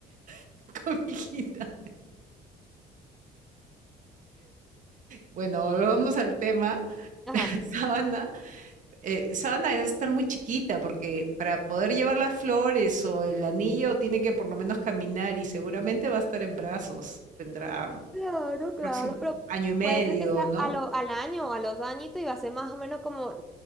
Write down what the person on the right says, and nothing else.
<laughs> Cobijita. Bueno, volvamos al tema.
<laughs> Sábana, eh, sábana debe estar muy chiquita porque para poder llevar las flores o el anillo tiene que por lo menos caminar y seguramente va a estar en brazos. Tendrá
próximo
año y medio,
¿no?